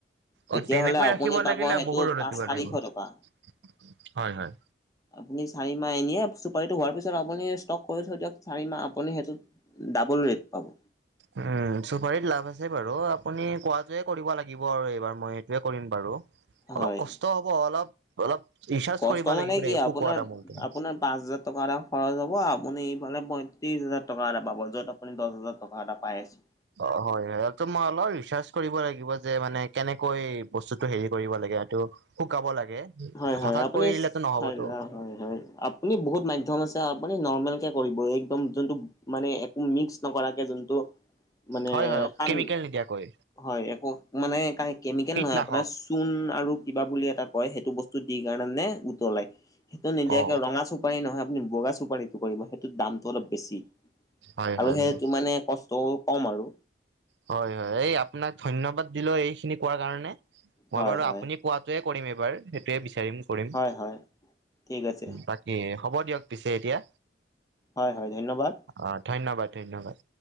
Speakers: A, on the left (about 20°); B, on the right (about 75°).
A: তেতিয়াহ'লে
B: অ তেনেকৈ ৰাখিব
A: আপুনি পাব
B: লাগিলে
A: সেইটো
B: বহুত ৰদত
A: পাঁচ
B: দিব
A: চাৰিশ
B: লাগিব।
A: টকা।
B: হয় হয়।
A: আপুনি চাৰি মাহ এনেয়ে চুপাৰিটো হোৱাৰ পিছত আপুনি স্তক কৰি থৈ দিয়ক চাৰি মাহ আপুনি সেইটোত ডাবোল ৰেট পাব।
B: উম। চুপাৰীত লাভ আছে বাৰু, আপুনি কোৱাটোৱে কৰিব লাগিব আৰু এইবাৰ মই সেইটোৱে কৰিম বাৰু। অলপ
A: হয়
B: কষ্ট হ'ব। অলপ, অলপ ৰিচাৰ্চ
A: কষ্ট
B: কৰিব
A: মানে
B: লাগিব
A: কি
B: দেই শুকুৱা
A: আপোনাৰ
B: তামোলটো।
A: আপোনাৰ পাঁচ হোজাৰ টকা এটা খৰচ হ'ব আপুনি এফালে পঁয়ত্ৰিছ হাজাৰ টকা এটা পাব য'ত আপুনি দহ হাজাৰ টকা এটা পাই আছে।
B: অ' হয় হয় হেটো মই অলপ ৰিচাৰ্চ কৰিব লাগিব যে মানে কেনেকৈ বস্তুটো হেৰি কৰিব লাগে এইটো শুকাব লাগে।
A: হয় হয়
B: হঠাৎ
A: আপুনি
B: কৰি দিলেতো নহ'বতো
A: চাই ল হয় হয়। আপ আপুনি বহুত মাধ্যম আছে। আপুনি নৰ্মেলকে কৰিব একদম যোনটো মানে একো মিক্স নকৰাকে, যোনটো মানে
B: হয় হয়
A: আন
B: কেমিকেল নিদিয়াকৈ
A: হয়, একো মানে কাই কেমিকেল
B: কীটনাশক
A: নহয়, আপোনাৰ চূণ আৰু কিবা বুলি এটা কয় সেই বস্তুটো দি কাৰণে মানে উতলাই। সেইটো নিদিয়াকে
B: অ
A: ৰঙা চুপাৰি নহয়, আপুনি বগা চুপাৰি কৰিব সেইটোত দামটো অলপ বেছি
B: হয়
A: আৰু
B: হয়
A: সেইটো
B: হয়
A: মানে কষ্টও কম আৰু।
B: হয় হয়, এই আপোনাক ধন্যবাদ দিলো, এইখিনি কোৱাৰ কাৰণে মই
A: হয়
B: বাৰু
A: হয়
B: আপুনি কোৱাটোৱে কৰিম এইবাৰ সেইটোৱে বিচাৰিম, কৰিম।
A: হয় হয় ঠিক আছে
B: বাক কি হ'ব দিয়ক পিছে এতিয়া।
A: হয় হয় ধন্যবাদ।
B: অ', ধন্যবাদ ধন্যবাদ।